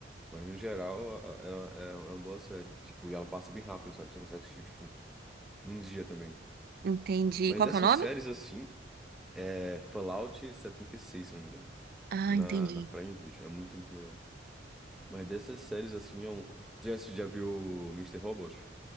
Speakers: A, in the centre; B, on the right.
A: Mas no geral, a- a- é, é, é uma boa série. Tipo, e ela passa bem rápido, sabe? Você consegue assistir, tipo, num dia também.
B: Entendi.
A: Mas
B: Qual
A: dessas
B: que é o nome?
A: séries, assim, é Fallout setenta e seis, se eu não me engano.
B: Ah,
A: Tem
B: entendi.
A: na, na Prime Video. É muito, muito legal. Mas dessas séries, assim, é um... Você já, assisti- já viu Mister Robot?